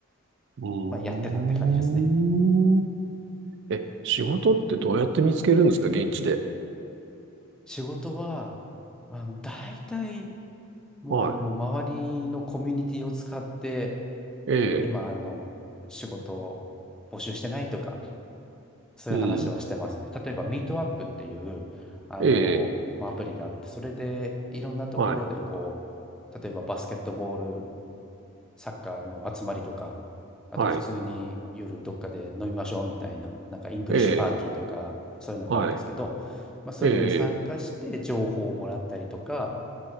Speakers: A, on the right (about 55°); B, in the centre.
A: うーん。
B: まあ、やってたって感じですね。
A: え、仕事ってどうやって見つけるんですか現地で。
B: 仕事は、まあ、大体もうあの、
A: は
B: 周りのコミュニティを使って、
A: い。ええ。
B: 今、あの、仕事を募集してないとか、そういう話はしてますね。
A: うん。
B: 例えば、ミートアップっていう、あの、
A: ええ。
B: まあ、アプリがあって、それでいろんなところで、
A: はい。
B: こう、例えばバスケットボール、サッカーの集まりとか、あと普通に夜どっかで飲みましょうみたいな、
A: はい。
B: なんかイングリッシュパーティーとか、
A: ええ。
B: そういうのがあるんですけど、
A: はい。
B: まあ、そういうのに参加して情報をもらったりとか
A: ええ。